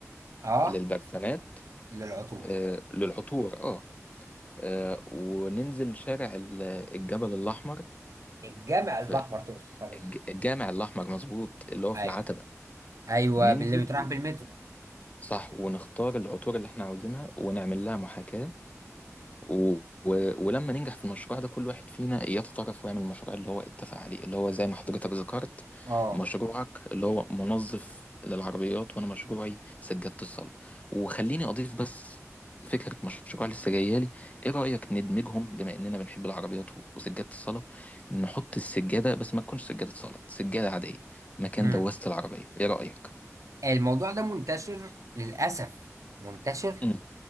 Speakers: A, on the right (about 80°); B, on the left (about 25°).
A: اه
B: للبرسمات
A: للعطور
B: آه، للعطور اه آه، وننزل شارع ال- الجبل الأحمر
A: الجامع الاحمر
B: في
A: تقصد حضرتك
B: الج- الجامع الأحمر مظبوط اللي هو في
A: ايوه
B: العتبة
A: ايوه
B: ننزل
A: باللي بيتراح بالمترو
B: صح ونختار العطور اللي احنا عاوزينها ونعمل لها محاكاة و... و... ولما ننجح في المشروع ده كل واحد فينا يتطرف ويعمل المشروع اللي هو اتفق عليه اللي هو زي ما حضرتك ذكرت
A: اه
B: مشروعك اللي هو منظف للعربيات وانا مشروعي سجادة الصلاة وخليني اضيف بس فكرة مشروع لسه جايالي ايه رأيك ندمجهم بما اننا بنحب العربيات و- وسجادة الصلاة نحط السجادة بس ما تكونش سجادة صلاة سجادة عادية مكان
A: امم
B: دواسة العربية ايه رأيك
A: الموضوع ده منتشر للاسف منتشر
B: مم.